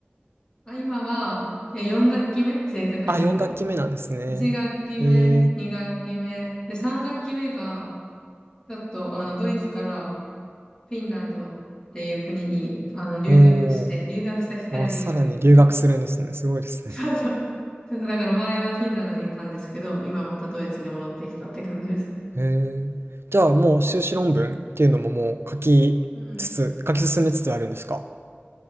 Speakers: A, on the left; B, on the right.
A: あ、今は、4学期目、正確に言うと。
B: あ、4学期目なんですね。
A: 1学期目、
B: え
A: 2学期目、で、3学期目が、ちょっと、あの、ドイツからフィンランドっていう国に、あの、留学して、
B: ーお
A: 留学先から留学みたいな。
B: ーあ、さらに留学するんですね。すごいですね。
A: そうそう。ちょっとだから前はフィンランドにいたんですけど、今またドイツに戻ってきたって感じです。
B: えー。じゃあもう修士論文っていうのももう書きつつ、
A: うん
B: 書き進めつつあるんですか。